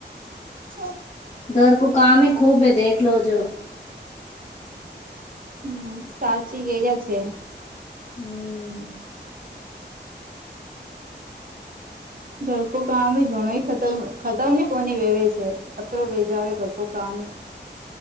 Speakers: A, on the right; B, on the left.
A: છો
B: ઘર કો કામી ખૂબ હે દેખ લો જો
A: હમ સાચી એરિયા છે
B: હમ
A: ઘરકો કામ ઘણો ખતર ખતર કોની વેવે છે અત્ર વેજાવે કો કામી